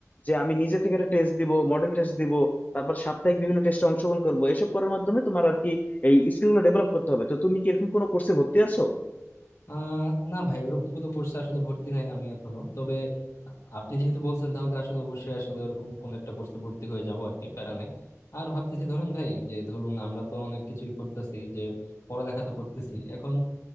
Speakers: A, on the left; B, on the left.
A: যে আমি নিজে থেকে একটা টেস্ট দিব মডেল টেস্ট দিব তারপর সাপ্তাহিক বিভিন্ন টেস্টে অংশগ্রহণ করবো এসব করার মাধ্যমে তোমার আর কি এই স্কিল গুলো ডেভেলপ করতে হবে তো তুমি কি এরকম কোনো কোর্সে ভর্তি আছো
B: আহ না ভাই ওরকম কোনো কোর্সে আসলে ভর্তি নাই আমি এখনো তবে আপ- আপনি যেহেতু বলছেন তাহলে আসলে অবশ্যই আসলে ওরকম কোন একটা কোর্সে ভর্তি হয়ে যাব আর কি প্যারা নাই আর ভাবতেছি ধরুন ভাই যে ধরুন আমরা তো অনেক কিছুই করতেছি যে পড়ালেখা তো করতেছি এখন